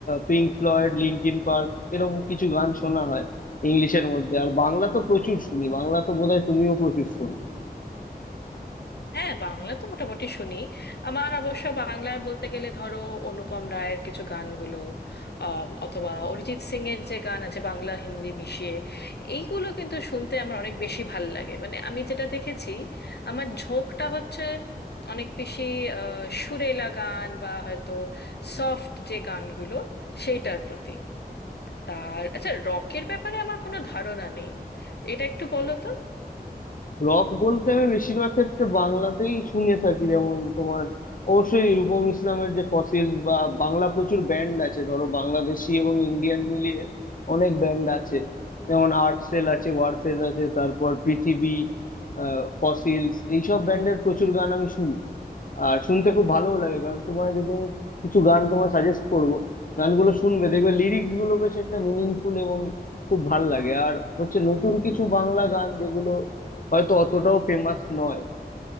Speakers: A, on the left; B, on the left.
A: পিঙ্ক ফ্লয়েড লিঙ্কিন পার্ক এরকম কিছু গান শোনা হয় ইংলিশের মধ্যে আর বাংলা তো প্রচুর শুনি বাংলা তো বোধহয় তুমিও প্রচুর শোনো
B: হ্যাঁ বাংলা তো মোটামুটি শুনি আমার অবশ্য বাংলায় বলতে গেলে ধরো অনুপম রায়ের কিছু গানগুলো আম, অথবা অরিজিৎ সিং এর যে গান আছে বাংলা হিন্দি মিশিয়ে এইগুলো কিন্তু শুনতে আমার অনেক বেশি ভাল লাগে মানে আমি যেটা দেখেছি আমার ঝোঁকটা হচ্ছে অনেক বেশি আহ, সুরেলা গান বা হয়তো সফট যে গানগুলো সেইটার প্রতি তার আচ্ছা রকের ব্যাপারে আমার কোনো ধারণা নেই এটা একটু বলো তো
A: রক বলতে আমি বেশিরভাগ ক্ষেত্রে বাংলাতেই শুনে থাকি যেমন তোমার অবশ্যই রূপম ইসলামের যে ফসিলস বা বাংলা প্রচুর ব্যান্ড আছে ধরো বাংলাদেশি এবং ইন্ডিয়ান মিলিয়ে অনেক ব্যান্ড আছে যেমন আর্টসেল আছে ওয়ারফেজ আছে তারপর পৃথিবী আহ ফসিলস এইসব ব্যান্ডের প্রচুর গান আমি শুনি আর শুনতে খুব ভালো লাগে কারণ তোমার যদি আমি কিছু গান তোমায় সাজেস্ট করব গানগুলো শুনবে দেখবে লিরিক্স গুলো বেশ একটা মিনিংফুল এবং খুব ভাল লাগে আর হচ্ছে নতুন কিছু বাংলা গান যেগুলো হয়তো অতটাও ফেমাস নয়